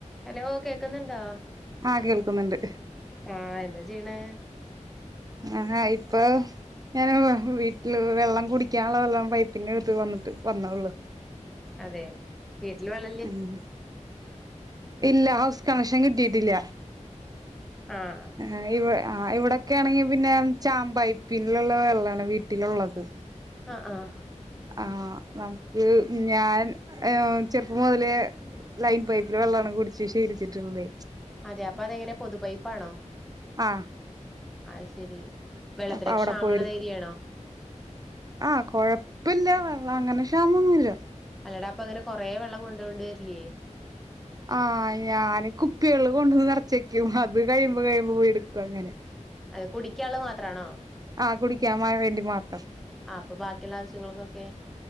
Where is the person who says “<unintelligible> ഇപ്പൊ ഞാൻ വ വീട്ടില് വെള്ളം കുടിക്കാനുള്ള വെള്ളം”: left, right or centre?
Right